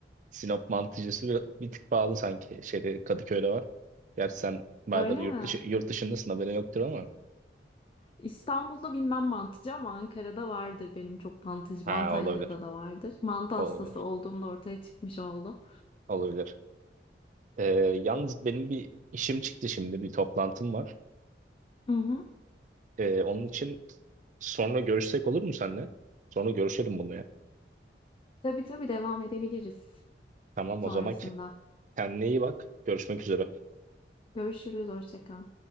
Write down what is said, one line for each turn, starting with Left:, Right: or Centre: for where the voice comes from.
Right: Sinop mantıcısı bir, bir tık pahalı sanki. Şeyde Kadıköy'de var. Gerçi sen bayağıdır
Left: <laughs> Öyle
Right: yurt
Left: mi?
Right: dışı, yurt dışındasın haberin yoktur ama.
Left: İstanbul'da bilmem mantıcı ama Ankara'da vardır benim çok mantıcım.
Right: Ha
Left: Antalya'da
Right: olabilir.
Left: da vardır. Mantı
Right: Olabilir.
Left: hastası olduğumda ortaya çıkmış oldu.
Right: Olabilir. Ee, yalnız benim bir işim çıktı şimdi. Bir toplantım var.
Left: Hı hı.
Right: Ee, onun için sonra görüşsek olur mu seninle? Sonra görüşelim bunu ya.
Left: Tabii tabii devam edebiliriz
Right: Tamam
Left: sonrasında.
Right: o zaman ke- kendine iyi bak. Görüşmek üzere.
Left: Görüşürüz. Hoşça kal.